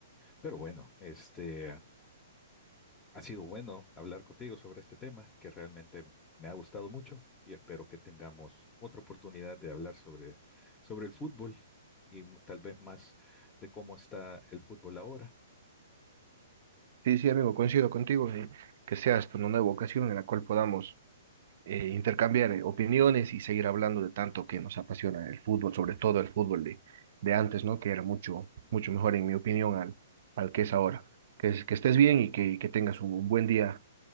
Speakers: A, on the left; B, on the right.
A: Pero bueno, este, Ha sido bueno hablar contigo sobre este tema que realmente me ha gustado mucho y espero que tengamos otra oportunidad de hablar sobre, sobre el fútbol y m- tal vez más de cómo está el fútbol ahora.
B: Sí, sí, amigo, coincido contigo. eh, que sea esto una nueva ocasión en la cual podamos eh, intercambiar eh, opiniones y seguir hablando de tanto que nos apasiona el fútbol, sobre todo el fútbol de, de antes, ¿no? Que era mucho, mucho mejor, en mi opinión, al, al que es ahora. Que, es- que estés bien y que, que tengas un, un buen día.